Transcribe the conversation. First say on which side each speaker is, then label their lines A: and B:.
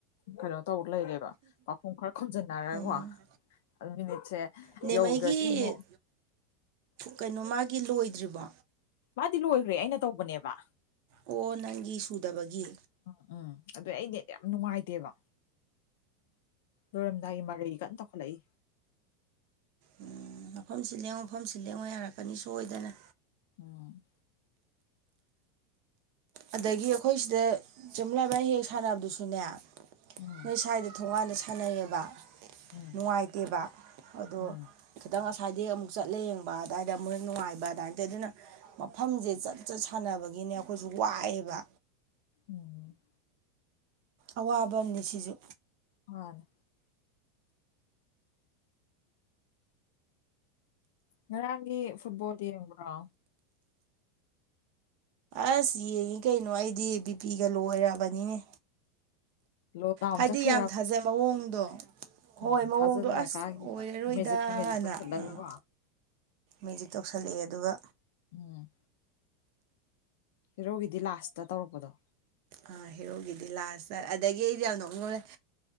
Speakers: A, on the left; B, on the right.
A: ꯀꯩꯅꯣ ꯇꯧ ꯂꯩꯔꯦꯕ ꯄꯥꯎꯈꯨꯝ ꯈꯔ ꯈꯨꯝꯝꯖꯟꯅꯔꯒꯀꯣ
B: ꯎꯝ
A: ꯑꯗꯨ ꯃꯤꯅꯤꯠꯁꯦ
B: ꯅꯦꯝꯃꯩꯒꯤ
A: ꯌꯧꯗ꯭ꯔꯗꯤ ꯑꯃꯨꯛ
B: ꯀꯩꯅꯣ ꯃꯥꯒꯤ ꯂꯣꯏꯗ꯭ꯔꯤꯕꯣ
A: ꯃꯥꯗꯤ ꯂꯣꯏꯒ꯭ꯔꯦ ꯑꯩꯅ ꯇꯧꯕꯅꯦꯕ
B: ꯑꯣ ꯅꯪꯒꯤ ꯁꯨꯗꯕꯒꯤ꯫
A: ꯎꯝ ꯎꯝ ꯑꯗꯨ ꯑꯩ ꯅꯦꯠ ꯌꯥꯝ ꯅꯨꯡꯉꯥꯏꯇꯦꯕ꯫ ꯂꯣꯏꯔꯝꯗꯥꯏꯒꯤ ꯃꯔꯩ ꯀꯟꯅ ꯇꯧꯈꯠꯂꯛꯏ
B: ꯎꯝ ꯃꯐꯝ ꯁꯤꯜꯂ ꯌꯦꯡꯉꯣ ꯃꯐꯝ ꯁꯤꯜꯂ ꯌꯦꯡꯉꯣ ꯌꯥꯔꯛꯀꯅꯤ ꯁꯣꯏꯗꯅ꯫
A: ꯎꯝ
B: ꯑꯗꯒꯤ ꯑꯈꯣꯏ ꯁꯤꯗ ꯆꯝꯂꯕ ꯍꯦꯛ ꯍ‌ꯦꯛ ꯁꯥꯟꯅꯕꯗꯨꯁꯨꯅꯦ
A: ꯎꯝ
B: ꯅꯣꯏ ꯁ꯭ꯋꯥꯏꯗ꯫ ꯊꯣꯡꯉꯥꯟꯅ ꯁꯥꯟꯅꯩꯌꯦꯕ
A: ꯎꯝ
B: ꯅꯨꯡꯉꯥꯏꯇꯦꯕ ꯑꯗꯣ
A: ꯎꯝ
B: ꯈꯤꯇꯪ ꯍꯥꯏꯗꯤ ꯑꯃꯨꯛ ꯆꯠꯂ ꯌꯦꯡꯕ ꯑꯗꯥꯏꯗ ꯃꫭꯏ ꯅꯨꯡꯉꯥꯏꯕ ꯑꯗꯨꯏꯟ ꯇꯧꯋ‌ꯦ ꯑꯗꯨꯅ꯫ ꯃꯐꯝꯁꯦ ꯆꯠ ꯆꯠ ꯁꯥꯟꯅꯕꯒꯤꯅꯦ ꯑꯈꯣꯏꯁꯨ ꯋꯥꯏꯑꯦꯕ꯫
A: ꯎꯝ꯫
B: ꯑꯋꯥꯕ ꯑꯝꯅꯤꯁꯤꯁꯨ꯫
A: ꯃꯥꯅꯦ ꯉꯔꯥꯡꯒꯤ ꯐꯨꯠꯕꯣꯜꯗꯨ ꯌꯦꯡꯕ꯭ꯔꯣ꯫
B: ꯑꯁ ꯌꯦꯡꯉꯤ ꯀꯩꯅꯣ ꯑꯩꯗꯤ ꯕꯤꯄꯤꯒ ꯂꯣ ꯑꯣꯏꯔꯕꯅꯤꯅꯦ
A: ꯂꯣ ꯗꯥꯎꯟ
B: ꯍꯥꯏꯗꯤ
A: ꯆꯠꯈ꯭ꯔꯤꯔ
B: ꯌꯥꯝ ꯊꯥꯖ ꯃꯑꯣꯡꯗꯣ ꯍꯣꯏ
A: ꯎꯝ
B: ꯃꯑꯣꯡꯗꯣ
A: ꯊꯥꯖꯗꯅ
B: ꯑꯁ
A: ꯀꯥꯈꯤꯕ
B: ꯑꯣꯏꯔꯔꯣꯏꯗꯅ
A: ꯃꯦꯖꯤꯛꯅ ꯃꯦꯖꯤꯛ ꯇꯧꯁꯜꯂꯒꯀꯣ
B: ꯑꯥ ꯃꯦꯖꯤꯛ ꯇꯧꯁꯜꯂꯛꯑꯦ ꯑꯗꯨꯒ
A: ꯎꯝ ꯍꯦꯔꯣꯒꯤꯗꯤ ꯂꯥꯁꯇ ꯇꯧꯔꯛꯄꯗꯣ
B: ꯑ ꯍꯦꯔꯣꯒꯤꯗꯤ ꯂꯥꯁꯇ ꯑꯗꯒꯤ ꯑꯩꯗꯤ ꯌꯥꯝ ꯅꯣꯛꯅꯤꯡꯕ ꯑꯃ ꯂꯩ